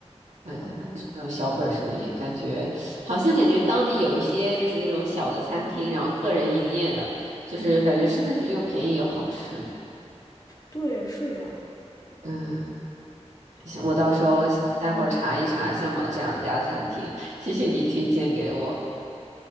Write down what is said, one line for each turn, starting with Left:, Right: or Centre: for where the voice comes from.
Right: 嗯，
Left: 哦，
Right: 反正是那种小本儿生意，感觉好像感觉当地有一些就是那种小的餐厅，然后个人营业的，就是感觉真的是又便宜又好吃。
Left: 对，是的，
Right: 嗯，行我到时候待会儿查一查相宝这两家餐厅，谢谢你推荐给我。